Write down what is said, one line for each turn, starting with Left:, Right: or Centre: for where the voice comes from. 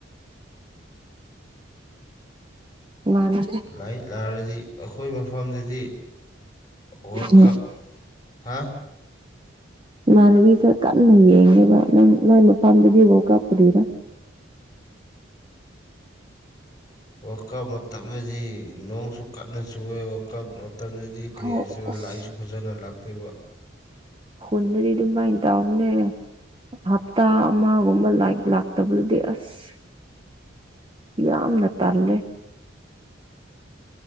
Right: ꯃꯥꯅꯤ
Left: ꯂꯥꯏꯔꯤꯛ ꯂꯥꯔꯗꯤ ꯑꯩꯈꯣꯏ ꯃꯐꯝꯗꯗꯤ ꯋꯥ
Right: ꯎꯝ
Left: ꯀꯞ ꯍꯥꯥ
Right: ꯏꯃꯥꯟꯅꯕꯤꯁꯦ ꯀꯟꯅ ꯌꯦꯡꯉꯦꯕ ꯅꯪ ꯅꯣꯏ ꯃꯄꯥꯐꯝꯗꯗꯤ ꯕꯥꯎ ꯀꯥꯞꯄꯨꯗꯤꯔꯥ
Left: ꯋꯥꯔꯀꯞ ꯃꯇꯝꯗꯗꯤ ꯅꯣꯡꯁꯨ ꯀꯟꯅ ꯁꯨꯑꯦ ꯋꯥꯔꯥꯛꯀꯞ ꯃꯇꯝꯗꯗꯤ ꯁꯤ ꯀꯔꯤ
Right: ꯍꯣꯏ
Left: ꯍꯥꯏꯁꯤꯗ
Right: ꯑꯁ
Left: ꯂꯥꯏꯏꯁꯨ ꯐꯖꯅ ꯂꯥꯛꯇꯦꯕ
Right: ꯍꯨꯅꯔꯤ ꯑꯗꯨꯃ ꯏ ꯇꯑꯅꯦ ꯍꯞꯇꯥ ꯑꯃꯒꯨꯝꯕ ꯂꯥꯏ ꯂꯥꯛꯇꯕꯗꯤ ꯑꯁ ꯌꯥꯝꯅ ꯇꯜꯂꯦ